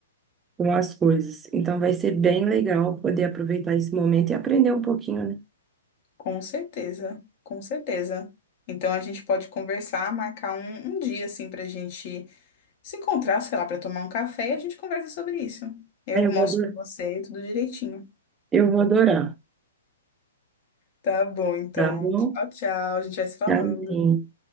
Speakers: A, on the right; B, on the left.
A: com as coisas. Então vai ser bem legal poder aproveitar esse momento e aprender um pouquinho, né?
B: Com certeza, com certeza. Então a gente pode conversar, marcar um, um dia assim pra gente se encontrar, sei lá, pra tomar um café e a gente conversa sobre isso. Eu
A: Aí eu
B: mostro
A: vou adorar.
B: pra você tudo direitinho.
A: Eu vou adorar,
B: Tá bom, então.
A: tá bom?
B: Tchau, tchau. A gente vai se falando.
A: Amém.